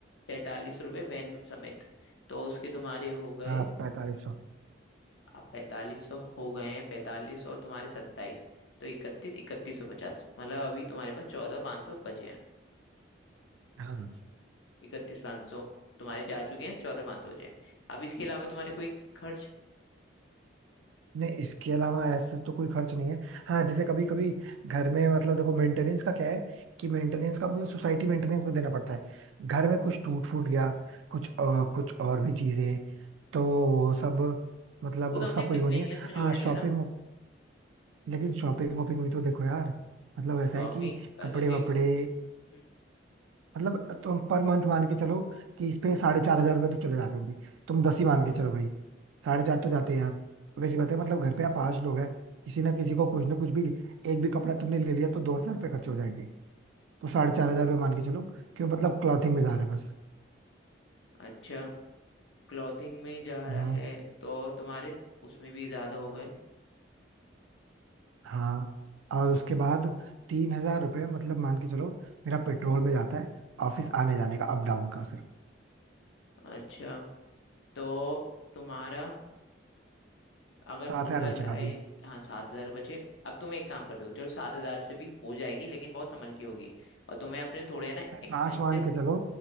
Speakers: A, on the left; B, on the right.
A: पैंतालीस रुपये वैन समेत तो उसके तुम्हारे हो गए
B: हाँ पैंतालीस सौ
A: अब पैंतालीस सौ हो गए हैं पैंतालीस और तुम्हारे सत्ताईस तो इकतीस इकतीस सौ पचास मतलब अभी तुम्हारे पास चौदह पाँच सौ बचे हैं
B: हाँ
A: इकतीस पाँच सौ तुम्हारे जा चुके हैं चौदह पाँच सौ बचे हैं अब इसके अलावा तुम्हारे कोई खर्च
B: नहीं इसके अलावा ऐसा तो कोई खर्च नहीं है हाँ जैसे कभी कभी घर में मतलब देखो मेंटेनेंस का क्या है कि मेंटेनेंस का मुझे सोसाइटी मेंटेनेंस में देना पड़ता है घर में कुछ टूट फूट गया कुछ और कुछ और भी चीजें तो वो सब मतलब
A: वो तो
B: उसका
A: हमने
B: कोई
A: मिसलेनियस
B: वो नहीं है
A: में जोड़
B: हाँ
A: लिया
B: शॉपिंग
A: ना
B: लेकिन शॉपिंग वॉपिंग भी तो देखो यार मतलब ऐसा
A: शॉपिंग
B: है कि
A: का
B: कपड़े
A: तो देखो
B: वपड़े
A: हम्म,
B: मतलब तुम पर मंथ मान के चलो कि इस पे साढ़े चार हजार रुपये तो चले जाते होंगे तुम दस ही मान के चलो भाई साढ़े चार तो जाते हैं यार वैसी बात है मतलब घर पे आप पांच लोग हैं किसी ना किसी को कुछ ना कुछ भी एक भी कपड़ा तुमने ले लिया तो दो हजार रुपये खर्च हो जाएंगे तो साढ़े चार हजार रुपये मान के चलो कि वो मतलब क्लॉथिंग में जा रहे हैं बस
A: अच्छा क्लॉथिंग में जा रहा
B: हाँ
A: है तो तुम्हारे उसमें भी ज़्यादा हो गए
B: हाँ और उसके बाद तीन हजार रुपये मतलब मान के चलो मेरा पेट्रोल में जाता है ऑफिस आने जाने का अप डाउन का सिर्फ
A: अच्छा तो तुम्हारा अगर
B: सात
A: बोला
B: हजार बचेगा
A: जाए
B: अभी
A: हाँ सात हज़ार बचे अब तुम एक काम कर सकते हो चलो सात हज़ार से भी हो जाएगी लेकिन बहुत संभल की होगी और तुम्हें अपने थोड़े है ना
B: भाई
A: एक्सपेंसेस
B: पांच मान के चलो